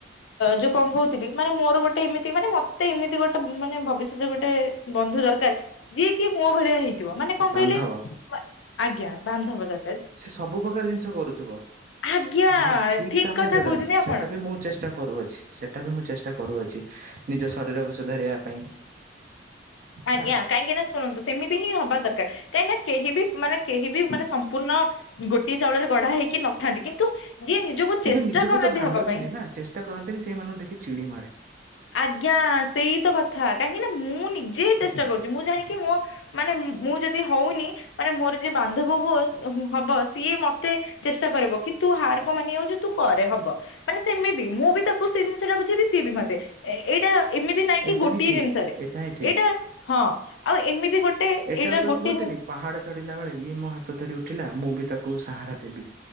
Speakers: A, on the left; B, on the right.
A: ଯୋଉଁ କଣ କହୁଥିଲି ମାନେ ମୋର ଗୋଟେ ଏମିତି ମାନେ ମତେ ଏମିତି ଗୋଟେ ମାନେ ଭବିଷ୍ୟତରେ ଗୋଟେ ବନ୍ଧୁ ଦରକାର ଯିଏ କି ମୋ ଭଳିଆ ହୋଇ ଥିବ ମାନେ କଣ
B: ବାନ୍ଧବ।
A: କହିଲେ ଆଜ୍ଞା ବାନ୍ଧଵ ଦା
B: ସେ ସବୁ ପ୍ରକାର ଜିନିଷ କରୁଥିବ।
A: ଆଜ୍ଞା
B: ମାନେ ଠିକ ତମେ
A: କଥା
B: ଯୋଉଟା
A: କହୁଛନ୍ତି
B: ସେଟା
A: ଆପଣ
B: ବି ମୁଁ ଚେଷ୍ଟା କରୁଅଛି ସେଇଟା ବି ମୁଁ ଚେଷ୍ଟା କରୁଅଛି ନିଜ ଶରୀରକୁ ସୁଧାରିବା ପାଇଁ
A: ଆଜ୍ଞା
B: ଛାଡ଼ନ୍ତୁ।
A: କାହିଁକି ନା ଶୁଣନ୍ତୁ ସେମିତି ହିଁ ହବା ଦରକାର କାହିଁକି ନା କେହି ବି ମାନେ କେହି ବି ମାନେ ସମ୍ପୂର୍ଣ୍ଣ ଗୋଟିଏ ଚାଉଳରେ ଗଢା ହେଇକି ନଥାନ୍ତି କିନ୍ତୁ ଯିଏ ନିଜକୁ ଚେଷ୍ଟା
B: କିନ୍ତୁ ନିଜକୁ
A: କରନ୍ତି
B: ତ ଭାଙ୍ଗନ୍ତିନି
A: ହବା ପାଇଁ
B: ନା ଚେଷ୍ଟା କରନ୍ତିନି ସେଇମାନଙ୍କୁ ଦେଖି ଚିଡି ମାରେ
A: ଆଜ୍ଞା ସେଇ ତ କଥା କାହିଁକି ନାଁ ମୁଁ ନିଜେ ଚେଷ୍ଟା କରୁଛି ମୁଁ ଯାଇକି ମୋ ମାନେ ମୁଁ ଯଦି ହଉନି ମାନେ ମୋର ଯିଏ ବାନ୍ଧବ ହୁଅ ହବ ସିଏ ମତେ ଚେଷ୍ଟା କରିବ କି ତୁ ହାର କ ମାନ ଯାଉଛ ତୁ କରେ ହବ ମାନେ ସେମିତି ମୁଁ ମୁ ତାକୁ ସେ ଜିନିଷ ଟା ବୁଝିବି ସିଏ ବି ମତେ ଏଇଟା ଏମିତି ନାଇଁ
B: ଏଇଟା
A: କି ଗୋଟିଏ
B: ହିଁ ଠିକ।
A: ଜିନିଷରେ
B: ହିଁ ଠିକ
A: ଏଇଟା ହଁ ହଁ ଆଉ ଏମିତି ଗୋଟେ
B: ଏଇଟାକୁ
A: ଏଇଟା
B: ଯୋଉଁ
A: ଗୋଟେ
B: କୁହନ୍ତିନି ପାହାଡ ଚଢିଲା ବେଳେ ଇଏ ମୋ ହାତ ଧରି ଉଠିଲା ମୁଁ ବି ତାକୁ ସହାରା ଦେବି।